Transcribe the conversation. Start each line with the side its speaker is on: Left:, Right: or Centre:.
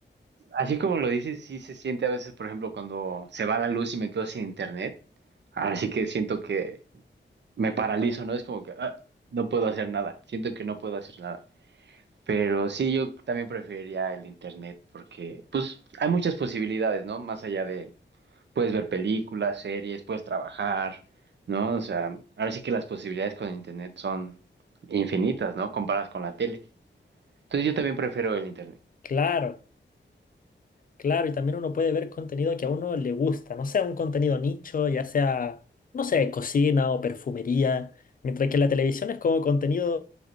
Right: Así como lo dices, sí se siente a veces, por ejemplo, cuando se va la luz y me quedo sin internet. Así que siento que me paralizo, ¿no? Es como que ah, no puedo hacer nada, siento que no puedo hacer nada. Pero sí, yo también preferiría el internet porque, pues, hay muchas posibilidades, ¿no? Más allá de, puedes ver películas, series, puedes trabajar, ¿no? O sea, ahora sí que las posibilidades con el internet son infinitas, ¿no? Comparadas con la tele. Entonces yo también prefiero el internet.
Left: Claro. Claro, y también uno puede ver contenido que a uno le gusta, no sea un contenido nicho, ya sea, no sé, cocina o perfumería, mientras que la televisión es como contenido